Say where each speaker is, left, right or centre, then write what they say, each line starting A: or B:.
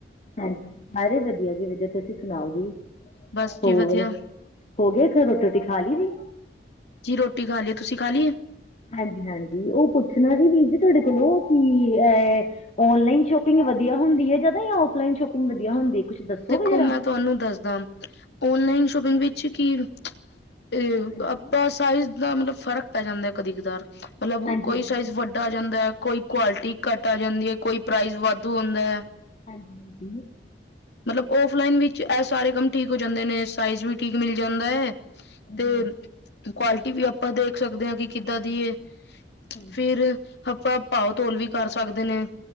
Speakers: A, on the left; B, on the left.
A: ਹਾਂਜੀ, ਸਾਰੇ ਵਧੀਆ ਜੀ ਵਧੀਆ ਤੁਸੀਂ ਸੁਣਾਓ ਜੀ
B: ਬਸ ਜੀ
A: ਹੋਰ
B: ਵਧੀਆ
A: ਹੋ ਗਏਰ ਰੋਟੀ-ਰੋਟੀ ਖਾ ਲਈ ਦੀ
B: ਜੀ ਰੋਟੀ ਖਾ ਲਈ ਤੁਸੀਂ ਖਾ ਲਈਏ
A: ਹਾਂਜੀ-ਹਾਂਜੀ ਉਹ ਪੁੱਛਣਾ ਸੀ ਵੀਰ ਜੀ ਤੁਹਾਡੇ ਕੋਲੋਂ ਕਿ ਅਹ ਓਨਲਾਈਨ ਸ਼ੋਪਿੰਗ ਵਧੀਆ ਹੁੰਦੀ ਐ ਜ਼ਿਆਦਾ ਜਾਂ ਔਫਲਾਈਨ ਸ਼ੋਪਿੰਗ ਵਧੀਆ ਹੁੰਦੀ? ਕੁਛ ਦੱਸੋਗੇ
B: ਦੇਖੋ
A: ਜਰਾ?
B: ਮੈਂ ਤੁਹਾਨੂੰ ਦੱਸਦਾ ਓਨਲਾਈਨ ਸ਼ੋਪਿੰਗ ਵਿੱਚ ਕੀ ਤੇ
A: ਹਾਂਜੀ
B: ਆਪਾਂ ਸਾਈਜ਼ ਦਾ ਮਤਲਬ ਫ਼ਰਕ ਪੈ ਜਾਂਦਾ ਕਦੀ ਕਦਾਰ, ਮਤਲਬ
A: ਹਾਂਜੀ
B: ਕੋਈ
A: ਹਾਂਜੀ
B: ਸਾਈਜ਼ ਵੱਡਾ ਘੱਟ ਆ ਜਾਂਦਾ ਐ, ਕੋਈ ਕੁਆਲਿਟੀ ਘੱਟ ਆ ਜਾਂਦੀ ਐ, ਕੋਈ ਪ੍ਰਾਈਜ਼ ਵਾਧੂ ਹੁੰਦਾ ਐ।
A: ਹਾਂਜੀ ਜੀ।
B: ਮਤਲਬ ਔਫਲਾਈਨ ਵਿੱਚ ਇਹ ਸਾਰੇ ਕੰਮ ਠੀਕ ਹੋ ਜਾਂਦੇ ਨੇ, ਸਾਈਜ਼ ਵੀ ਠੀਕ ਮਿਲ ਜਾਂਦਾ ਐ।
A: ਹਾਂਜੀ
B: ਤੇ ਕੁਆਲਿਟੀ ਵੀ ਆਪਾਂ ਦੇਖ ਸਕਦੇ ਆ, ਕਿ ਕਿੱਦਾਂ ਦੀ ਏ।
A: ਹਾਂਜੀ
B: ਫਿਰ ਆਪਾਂ ਭਾਓ ਤੋਲ ਵੀ ਕਰ ਸਕਦੇ ਨੇ।